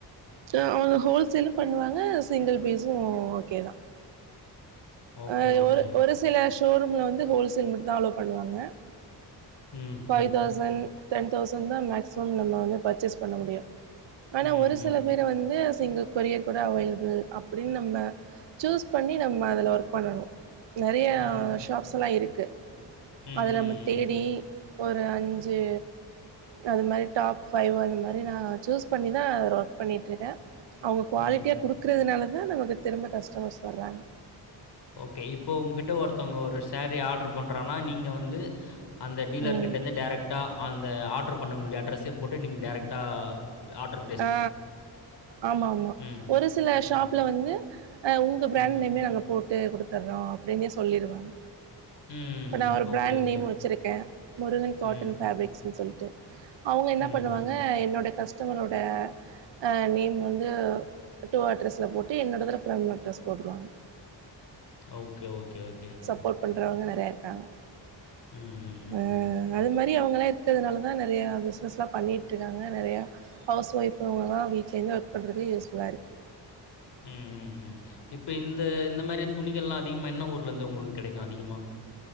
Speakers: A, on the right; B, on the left.
A: ச அவங்க ஹோல்சேலு பண்ணுவாங்க சிங்கிள் பீஸும் ஓகே தான்
B: ஓகே,
A: அ
B: ஓகே.
A: ஒரு ஒரு சில ஷோரூம்ல வந்து ஹோல்சேல் மட்டு தான் அளோ பண்ணுவாங்க
B: ம்,
A: ஃபை
B: ம்.
A: தவ்ச சன் டென்தௌசன் தா மேக்சிமம் நம்ம வந்து பர்ச்சேஸ் பன்ன முடியு அன
B: ம்,
A: ஒரு
B: ம்.
A: சில வேர வந்து சிங்கிள் கொரியர் கூட அவைலபிள் அப்படின்னு நம்ம சூஸ் பண்ணி நம்ம அதில ஒரு பண்ணணு நறைய
B: ம்.
A: ஷாப்ஸ்லா இருக்கு
B: ம்,
A: அதுல நமக்
B: ம்,
A: தேடி
B: ம்.
A: ஒரு அஞ்சு அது மாரி டாப் ஃபைவ் அந்த மாரி நான் சூஸ் பண்ணி தா அதுல ஒர்க் பண்ணிட்டுருக்கே அவுங்க குவாலிட்டியா
B: ம்.
A: குடுக்கறதுனால தான் நமக்கு திரும்ப கஸ்டமர்ஸ் வர்றாங்க
B: ஓகே இப்போ உங்ககிட்ட ஒருத்தவங்க ஒரு சாரீ ஆர்டர் பண்றங்கனா நீங்க வந்து அந்த டீலர்க்
A: ம்.
B: கிட்ட இருந்து டடைரக்ட் டா அந்த ஆ்டர் பண்ணவங்களுடைய அட்ரஸே போட்டு நீ டரைக்டா ஆட்ர்
A: ஆ ஆமா ஆமா
B: ம்.
A: ஒரு சில ஷாப்ல
B: ம்.
A: வந்து அ உங்க பிராண்ட்
B: ம்.
A: நேமே நாங்க போட்டு குடுத்தற்றோ அப்படினு சொல்லிருவாங்
B: ம்.
A: இப்ப நா ஒரு பிராண்ட்
B: ஓகே, ஓகே.
A: நேம் வச்சிருக்கே முருகன் காட்டன்
B: ம்.
A: பேப்ரிக்ஸ்ன்னு சொல்ட்டு அவுங்க என்ன
B: ம்ஹ்ம்.
A: பண்ணுவாங்க என்னோட கஸ்டமரோட அ நேம் வந்து டூ அட்ரஸ்ல போட்டு என்னோடதுல ஃப்ரம் அட்ரஸ் போட்டுருவாங்க
B: okay okay okay okay
A: support பண்றவங்க நறையா இருக்காங்க
B: ம் ம் ம்
A: அ
B: ம்.
A: அது மாரி அவங்களலா இருக்கறதுனால தான் நறையா பிஸ்னஸ்லா பண்ணிட்டுருக்காங்க நறையா ஹவுஸ் ஒய்ஃபுனாங்லா வீட்டலேந்து ஒர்க் பண்றது யூஸ்ஃபுல்லா இருக்கு
B: ம் ம் ம் இப்போ இந்த இந்த மாரி துணிகள்லா அதிகமா என்ன ஊர்லேருந்து உங்களுக்கு கிடைக்கு அதிகமா